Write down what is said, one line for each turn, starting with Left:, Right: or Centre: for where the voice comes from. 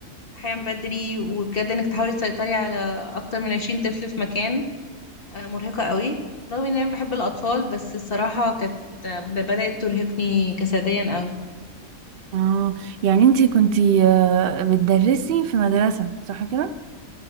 Left: بدري وبجد انك تحاولي تسيطري على اكتر من 20 طفل في مكان آه، مرهقه قوي رغم ان انا بحب الاطفال بس الصراحه كانت آه، بدات ترهقني جسديا قوي
Right: اه يعني انتي كنتي آه، بتدرسي في مدرسه صح كده